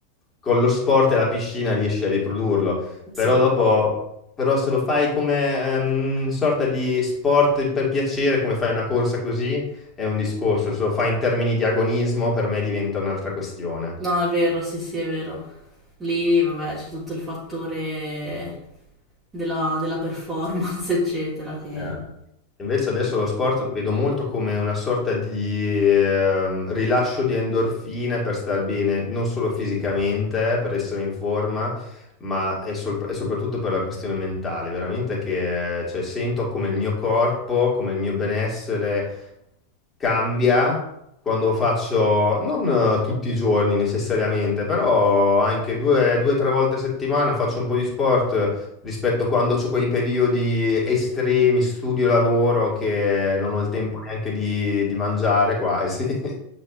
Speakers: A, on the left; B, on the right.
A: con lo sport e la piscina riesci a riprodurlo,
B: Sì,
A: però dopo, però se lo fai come ehm, sorta di sport per piacere, come fai una corsa così, è un discorso, se lo fai in termini di agonismo per me diventa un'altra questione.
B: no, è vero, sì, sì, è vero. Lì, vabbè, c'è tutto il fattore della, della performance, <laughs> eccetera, che...
A: Eh. Invece adesso lo sport lo vedo molto come una sorta di ehm, rilascio di endorfine per star bene, non solo fisicamente, per essere in forma, ma è sol- e soprattutto per la questione mentale. Veramente che cioè, sento come il mio corpo, come il mio benessere cambia quando faccio, non eh, tutti i giorni necessariamente, però anche due, due, tre volte a settimana faccio un po' di sport rispetto quando ho quei periodi estremi, studio, lavoro, che non ho il tempo neanche di, di mangiare quasi. <laughs>